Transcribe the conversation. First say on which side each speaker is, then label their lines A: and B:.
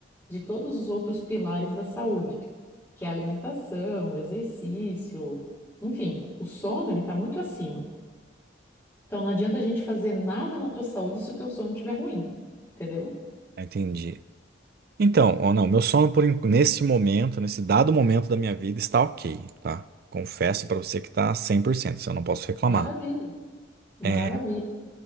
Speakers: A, on the left; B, on the right.
A: de todos os outros pilares da saúde que é a alimentação, o exercício, enfim, o sono ele está muito acima. Então não adianta a gente fazer nada na tua saúde se o teu sono estiver ruim, entendeu?
B: Ah, Entendi. Então, ou não, meu sono por en- neste momento, nesse dado momento da minha vida está ok, tá? Confesso pra você que tá 100%, isso eu não posso reclamar.
A: Maravilha. Maravilha.
B: É,